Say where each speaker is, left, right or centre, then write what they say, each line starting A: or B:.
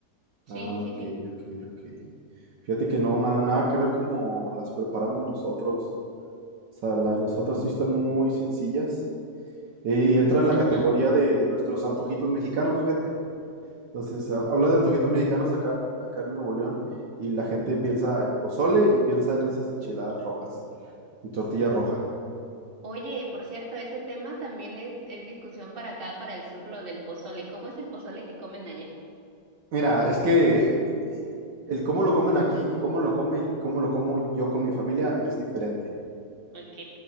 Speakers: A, on the right; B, on the right.
A: Sí,
B: Ah,
A: sí,
B: ok,
A: sí.
B: ok, ok. Fíjate que no, nada, nada que ver como las preparamos nosotros. O sea, la de nosotros sí están muy sencillas. Eh, Y entra en la
A: Ajá.
B: categoría de, de nuestros antojitos mexicanos, fíjate. Entonces, ha- hablas de antojitos mexicanos acá en, acá en Nuevo León y la gente piensa en pozole y piensa en esas enchiladas rojas, de tortilla roja.
A: Oye, por cierto, ese tema también es, es discusión para acá, para el sur, lo del pozole. ¿Cómo es el pozole que comen allá?
B: Mira, es que y- el cómo lo comen aquí y cómo lo come y cómo lo como yo con mi familia es diferente.
A: Ok.